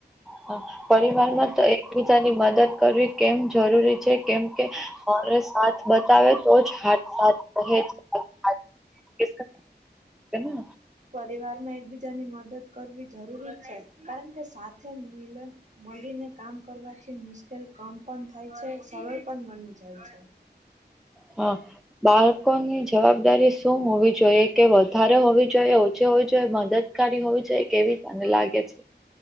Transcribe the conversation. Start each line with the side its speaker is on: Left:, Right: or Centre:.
Centre: હ પરિવાર માં તો એકબીજાની મદદ કરવી કેમ જરૂરી છે. કેમ કે સાથ બતાવે તો જ. હાથ સાથહેજ.
Right: પરિવાર માં એકબીજાની મદદ કરવી જરૂરી છે કારણ કે સાથે મિલન. મળીને કામ કરવાથી મુશ્કેલ કમ પણ થાય છે સરળ પણ બની જાય છે.
Centre: હા બાળકોની જવાબદારી. શું હોવી જોઈએ કે વધારે હોવી જોઈએ ઓછી હોવી જોઈએ મદદકારી હોવી જોઈએ કેવી. અને લાગે છે.